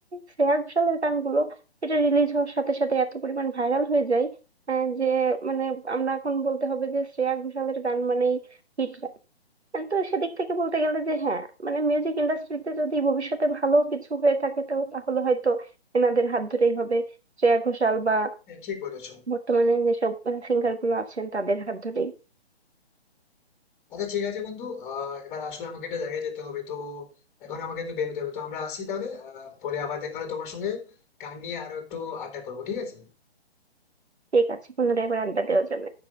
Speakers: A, on the right; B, on the left.
A: শ্রেয়া ঘোষালের গানগুলো এটা রিলিজ হওয়ার সাথে সাথে এত পরিমাণ ভাইরাল হয়ে যায় আহ, যে মানে আমরা এখন বলতে হবে যে শ্রেয়া ঘোষালের গান মানেই হিট গান তো সেদিক থেকে বলতে গেলে যে হ্যাঁ মানে মিউজিক ইন্ডাস্ট্রিতে যদি ভবিষ্যতে ভালো কিছু হয়ে থাকে তো তাহলে হয়তো এনাদের হাত ধরেই হবে শ্রেয়া ঘোষাল বা
B: হ্যাঁ ঠিক বলেছো
A: বর্তমানে যেসব সিঙ্গার গুলো আছেন তাদের হাত ধরেই
B: আচ্ছা ঠিক আছে বন্ধু আহ এবার আসলে আমাকে একটা জায়গায় যেতে হবে তো এখন আমাকে একটু বেরোতে হবে তো আমরা আসি তাহলে আহ পরে আবার দেখা হলে তোমার সঙ্গে গান নিয়ে আরো একটু আড্ডা করবো ঠিক আছে
A: ঠিক আছে পুনরায় এবার আড্ডা দেওয়া যাবে